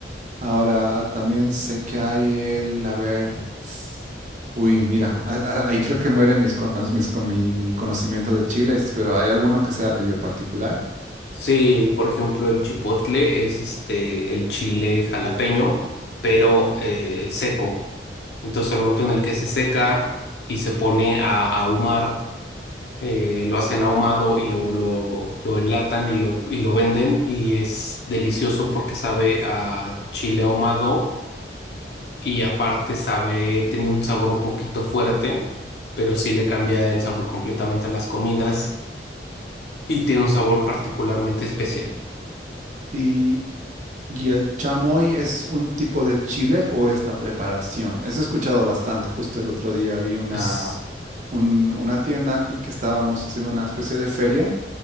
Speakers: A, on the right; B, on the left.
A: Ahora también sé que hay el, a ver, uy, mira, a- a- ahí creo que muere mis, cono- mis con mi, mi conocimiento de chiles, pero hay alguno que sea medio particular.
B: Sí, por ejemplo, el chipotle es este el chile jalapeño, pero eh, seco. Entonces, al momento en el que se seca y se pone a, a ahumar, eh, lo hacen ahumado y luego lo, lo enlatan y lo, y lo venden y es delicioso porque sabe a chile ahumado y aparte sabe, tiene un sabor un poquito fuerte, pero sí le cambia el sabor completamente a las comidas y tiene un sabor particularmente especial.
A: Y, y el chamoy es un tipo de chile o es la preparación. Eso he escuchado bastante. Justo el otro día vi una,
B: Es,
A: un- una tienda aquí que estábamos haciendo una especie de feria.